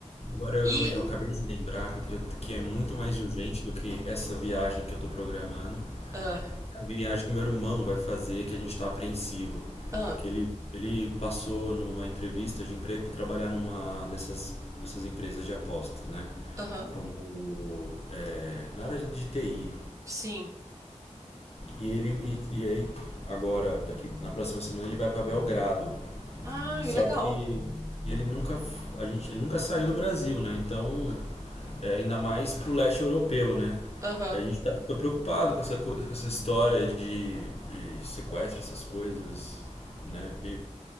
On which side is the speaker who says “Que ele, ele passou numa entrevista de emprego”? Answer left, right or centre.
Left